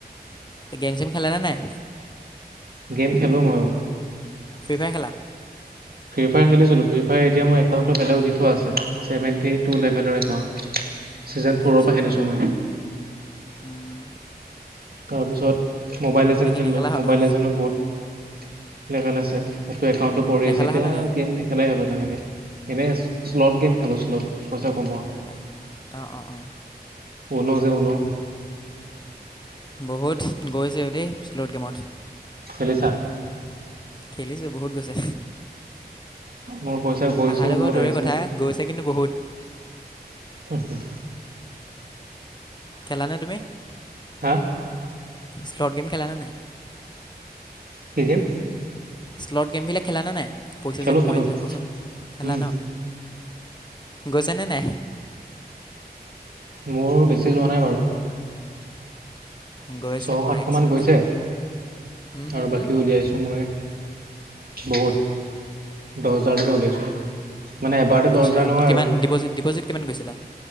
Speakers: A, on the left; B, on the right.
A: গেম চেম খেলা নে নাই
B: গেম খেলো মইয়ো
A: ফ্ৰীফায়াৰ খেলা
B: ফ্ৰীফায়াৰ খেলিছিলোঁ ফ্ৰ্ৰীফায়াৰ এতিয়া মোৰ একাউণ্টটো বেলেগ দি থোৱা আছে ছেভেন্টি টু লেভেলৰ একাউণ্ট ছিজন ফ'ৰৰ
A: আচ্ছা,
B: পৰা খেলিছো মই
A: উম,
B: তাৰ পিছত মোবাইল এজন
A: এতিয়া কি
B: খেলিলো
A: নেখেলা হ'লা?
B: মবাইল এজেনো বহুত লেভেল আছে সটো একাউণ্টো পৰি
A: নেখেলা
B: আছে এতিয়া
A: হ'লা নেকি?
B: গেম নেখেলাই হ'লো তেনেকে এনে শ্লট গেম খেলো শ্লট পইচা কমোৱা
A: আচা অঁ অঁ
B: ঊনো যে উনো
A: বহুত গৈছে অ দে শ্লোট গেমত
B: খেলিছা।
A: খেলিছো বহুত গৈছে।
B: মোৰ পইচা গৈছো
A: আহাটো বাৰু
B: বহুত
A: দূৰৰে
B: আহিছে
A: কথা
B: ও।
A: গৈছে কিন্তু বহুত
B: উম হম <inaudible>
A: খেলা নাই তুমি?
B: হা।
A: ই-স্লটছ গেম খেলা নে নাই।
B: কি গেম?
A: শ্লেট গেমবিলাক খেলা নে নাই পইচা
B: খেলো
A: যে সোমাই
B: খেলো
A: যায় পইচা খেলা
B: উম
A: ন। গৈচেনে নাই।
B: মোৰ বেছি যোৱা নাই বাৰু।
A: গৈছে
B: ছশ
A: মোৰ
B: সাতশ
A: এক্সত
B: মান গৈছে
A: হুম হুম
B: আৰু
A: হুম
B: বাকী উলিয়াইছো মই। বহুত দহ হেজাৰ লৈকে উওলাইছোঁ। মানে এবাৰতে
A: আচ্ছা
B: দহ হেজাৰ নহয়
A: কিমান
B: আৰু
A: ডিপ'জিট ডিপ'জিট কিমান গৈছিলা